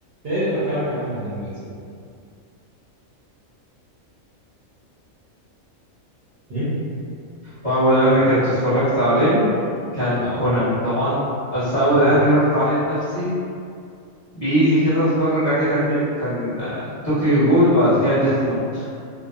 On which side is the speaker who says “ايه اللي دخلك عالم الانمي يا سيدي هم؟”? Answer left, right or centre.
Right